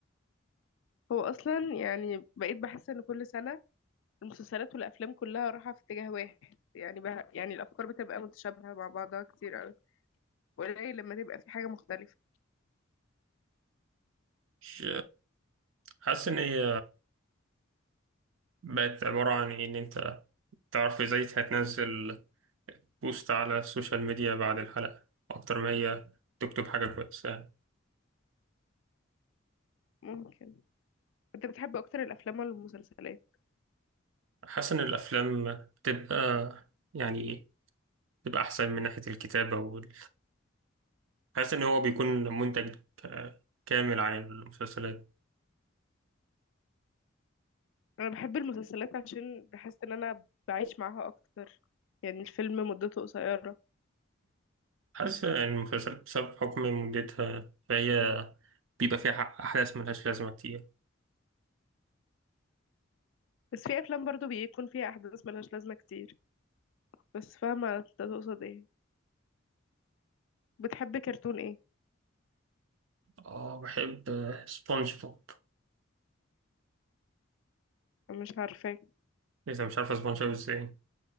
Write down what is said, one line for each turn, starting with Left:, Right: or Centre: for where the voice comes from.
Left: هو اصلا يعني بقيت بحس ان كل سنة المسلسلات والافلام كلها رايحة في اتجاه واحد يعني بها يعني الافكار بتبقى متشابهة مع بعضها كتير اوي وقليل لما تبقى في حاجة مختلفة
Right: مش حاسس إن هي بقت عبارة عن إيه؟ إن أنت تعرف إزاي هتنزل بوست على السوشيال ميديا بعد الحلقة أكتر ما هي تكتب حاجة كويسة
Left: ممكن انت بتحب اكتر الافلام ولا المسلسلات
Right: حاسس إن الأفلام بتبقى يعني بتبقى أحسن من ناحية الكتابة وال... حاسس إن هو بيكون منتج ك- كامل عن المسلسلات
Left: انا بحب المسلسلات عشان بحس ان انا بعيش معاها اكتر يعني الفيلم مدته قصيرة
Right: حاسس إن المسلسلات بسبب حكم مدتها فهي بيبقى فيها أحداث ملهاش لازمة كتير
Left: بس في افلام برضو بيكون فيها احداث ملهاش لازمه كتير بس فاهمه انت تقصد ايه بتحب كرتون ايه
Right: اه بحب سبونج بوب
Left: أنا مش عارفاه
Right: إذا مش عارفة سبونج بوب إزاي